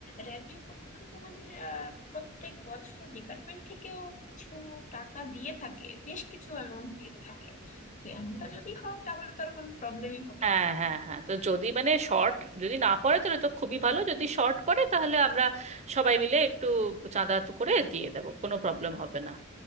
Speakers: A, on the left (about 35°); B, on the right (about 35°).
A: র্যাব ডে উপলক্ষে তো আমাদের আহ, প্রত্যেক বছর ডিপার্টমেন্ট থেকেও কিছু টাকা দিয়ে থাকে বেশ কিছু অ্যামাউন্ট দিয়ে থাকে তো এমনটা যদি হয় তাহলে তো আর কোনো প্রবলেমই হবে
B: হ্যাঁ
A: না
B: হ্যাঁ হ্যাঁ তো যদি মানে শর্ট যদি না পড়ে তাহলে তো খুবই ভালো যদি শর্ট পড়ে তাহলে আমরা সবাই মিলে একটু চাঁদা তো করে দিয়ে দেবো কোনো প্রবলেম হবে না